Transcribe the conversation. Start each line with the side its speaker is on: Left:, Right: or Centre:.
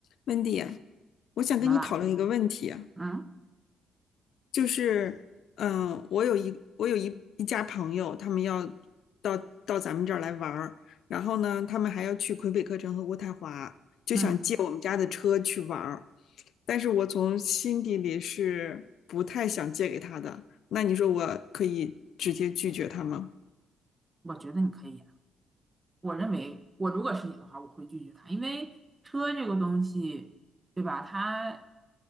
Left: 温迪，我想跟你讨论一个问题啊
Right: 怎么啦？嗯
Left: 就是，嗯、我有一我有一一家朋友，他们要到到咱们这儿来玩儿，然后呢，他们还要去魁北克城和渥太华，就想借我们家的车去玩儿，
Right: 嗯，
Left: 但是我从心底里是不太想借给他的，那你说我可以直接拒绝他吗？
Right: 我觉得你可以啊。我认为，我如果是你的话，我会拒绝他，因为车这个东西，对吧？它